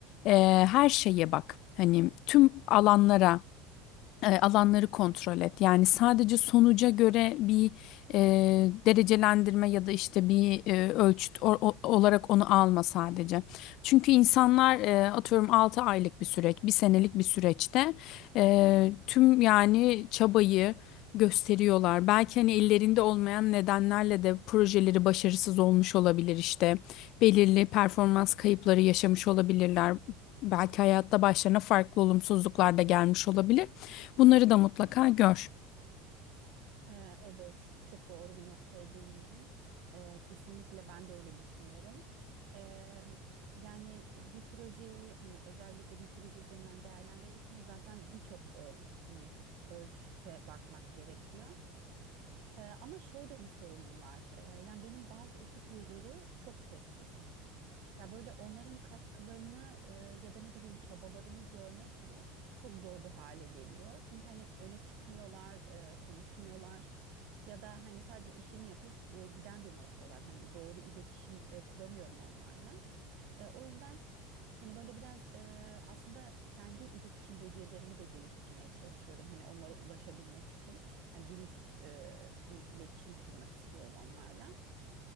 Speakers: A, on the left; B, on the right.
A: e, her şeye bak hani tüm alanlara e, alanları kontrol et. Yani sadece sonuca göre bir e, derecelendirme ya da işte bir e, ölçüt o- o- olarak onu alma sadece. Çünkü insanlar e, atıyorum 6 aylık bir süreç, bir senelik bir süreçte e, tüm yani çabayı gösteriyorlar. Belki hani ellerinde olmayan nedenlerle de projeleri başarısız olmuş olabilir işte. Belirli performans kayıpları yaşamış olabilirler. Belki hayatta başlarına farklı olumsuzluklar da gelmiş olabilir. Bunları da mutlaka gör.
B: Ee, Evet, çok doğru bir noktaya değindin. Ee, kesinlikle ben de öyle düşünüyorum. Ee, yani e, bir projeyi hani özellikle bir proje üzerinden değerlendirirken zaten birçok e, hani ölçüte bakmak gerekiyor. Ee, ama şöyle bir sorunum var. Ee, yani benim bazı ekip üyeleri çok sessiz. Ya böyle onların katkılarını e, ya da ne bileyim çabalarını görmek bile çok zor bir hale geliyor. Çünkü hani öne çıkmıyorlar, e, konuşmuyorlar ya da hani sadece işini yapıp e, giden bir moddalar. Hani doğru iletişim e, kuramıyorum onlarla. E, o yüzden hani böyle biraz e, aslında kendi iletişim becerilerimi de geliştirmeye çalışıyorum. Hani onlara ulaşabilmek için hani dürüst e, bir iletişim kurmak istiyorum onlarla.